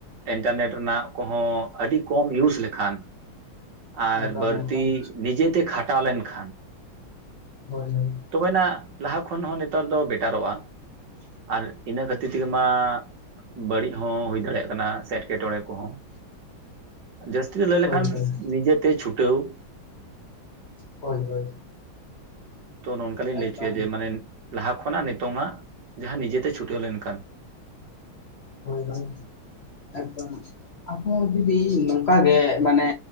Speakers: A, on the right (about 60°); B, on the left (about 60°).
A: ᱤᱱᱴᱟᱨᱱᱮᱴ ᱨᱮᱱᱟᱜ ᱠᱚᱦᱚᱸ ᱟᱹᱰᱤ ᱠᱚᱢ ᱭᱩᱡᱽ ᱞᱮᱠᱷᱟᱱ᱾ ᱟᱨ
B: ᱮᱠᱫᱚᱢ
A: ᱵᱟᱹᱲᱛᱤ
B: ᱮᱠᱫᱚᱢ
A: ᱱᱤᱡᱮᱛᱮ ᱠᱷᱟᱴᱟᱣ ᱞᱮᱱᱠᱷᱟᱱ
B: ᱦᱳᱭ ᱦᱳᱭ
A: ᱛᱚᱵᱮᱱᱟ ᱞᱟᱦᱟ ᱠᱷᱚᱱ ᱦᱚᱸ ᱱᱮᱛᱟᱨ ᱫᱚ ᱵᱮᱴᱟᱨᱚᱜᱼᱟ ᱟᱨ ᱤᱱᱟᱹ ᱠᱷᱟᱹᱛᱤᱨ ᱛᱮᱜᱮ ᱢᱟ ᱵᱟᱹᱲᱤᱡ ᱦᱚᱸ ᱦᱩᱭ ᱫᱟᱲᱮᱭᱟᱜ ᱠᱟᱱᱟ ᱥᱮ ᱮᱴᱠᱮᱼᱴᱚᱲᱮ ᱠᱚᱦᱚᱸ᱾ ᱡᱟᱹᱥᱛᱤ ᱫᱚ ᱞᱟᱹᱭ ᱞᱮᱠᱷᱟᱱ
B: ᱦᱳᱭ ᱦᱳᱭ
A: ᱱᱤᱡᱮᱛᱮ ᱪᱷᱩᱴᱟᱹᱣ
B: ᱦᱳᱭ ᱦᱳᱭ
A: ᱛᱚ ᱱᱚᱝᱠᱟ ᱞᱤᱧ
B: ᱮᱠᱫᱚᱢ
A: ᱞᱟᱹᱭ ᱦᱚᱪᱚᱭᱟ ᱡᱮ ᱢᱟᱱᱮ ᱞᱟᱦᱟ ᱠᱷᱚᱱᱟᱜ ᱱᱤᱛᱚᱝ ᱟᱜ ᱡᱟᱦᱟᱸ ᱱᱤᱡᱮᱛᱮ ᱪᱷᱩᱴᱟᱹᱣ ᱞᱮᱱᱠᱷᱟᱱ᱾
B: ᱦᱳᱭ ᱜᱚᱝᱠᱮ ᱮᱠᱫᱚᱢ᱾ ᱟᱵᱚ ᱡᱩᱫᱤ ᱱᱚᱝᱠᱟ ᱜᱮ ᱢᱟᱱᱮ